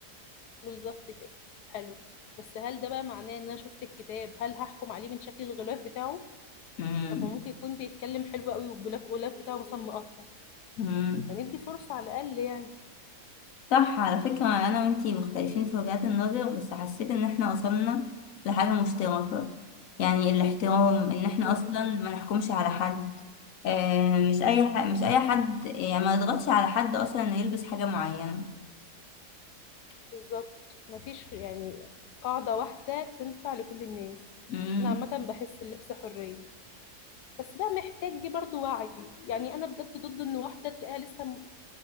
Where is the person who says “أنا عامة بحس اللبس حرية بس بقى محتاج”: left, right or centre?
Left